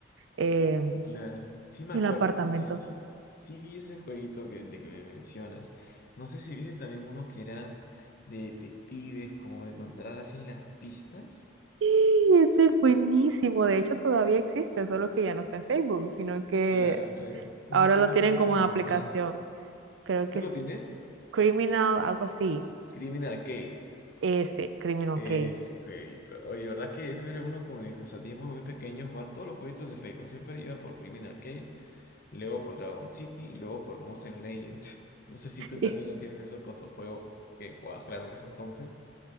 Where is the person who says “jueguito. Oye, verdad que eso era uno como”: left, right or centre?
Left